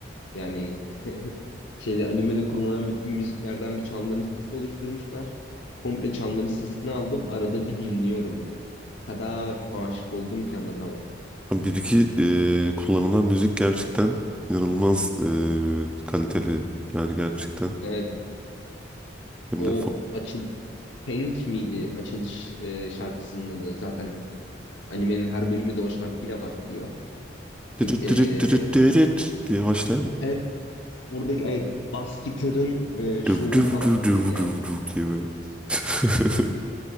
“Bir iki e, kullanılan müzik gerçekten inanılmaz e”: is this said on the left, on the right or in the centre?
Centre